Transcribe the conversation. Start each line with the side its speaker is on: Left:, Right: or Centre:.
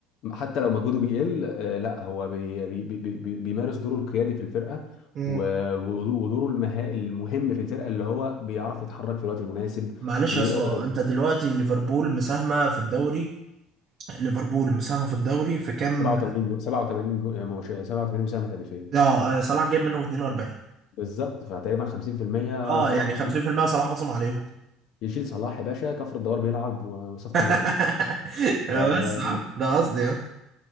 Left: حتى لو مجهوده بيقل آه، لا هو بي بي بي بي بيمارس دوره القيادي في الفرقه
Right: لا
Left: و- ودو- ودوره المها المهم في الفرقه اللي هو بيعرف يتحرك في الوقت المناسب
Right: معلش
Left: بيقدر
Right: يا اسطى انت دلوقتي ليفربول مساهمة في الدوري ليفربول مساهمة في الدوري في كام
Left: 87 جو 87 جو 87 مساهمه هدفيه
Right: اه آه، صلاح جايب منه 42
Left: بالظبط فتقريبا 50%
Right: اه
Left: صلاح
Right: يعني
Left: بصل
Right: 50% صلاح بصم عليهم
Left: يشيل صلاح يا باشا كفر الدوار بيلعب وصفة
Right: <laughs>
Left: اللبن
Right: آه،
Left: ف... آه.
Right: بس آه، ده قصدي اه